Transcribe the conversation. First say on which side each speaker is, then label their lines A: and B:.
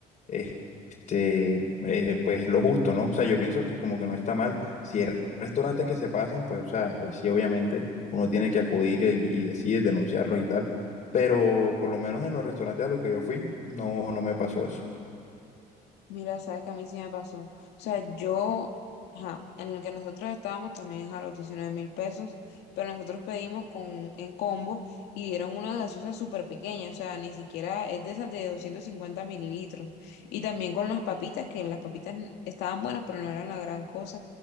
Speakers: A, on the left; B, on the left.
A: eh, este, eh, pues lo justo, ¿no? O sea, yo pienso que como que no está mal. Si hay restaurantes que se pasan, pues, o sea, ahí sí, obviamente uno tiene que acudir y, y decir, denunciarlos y tal. Pero por lo menos en los restaurantes a los que yo fui, no, no me pasó eso.
B: Mira, sabes que a mí sí me pasó. O sea, yo, ajá, en el que nosotros estábamos también a los diecinueve mil pesos, pero nosotros pedimos con, en combo y dieron una gaseosa súper pequeña, o sea, ni siquiera es de esas de 250 mililitros. Y también con las papitas, que las papitas n- estaban buenas, pero no eran la gran cosa,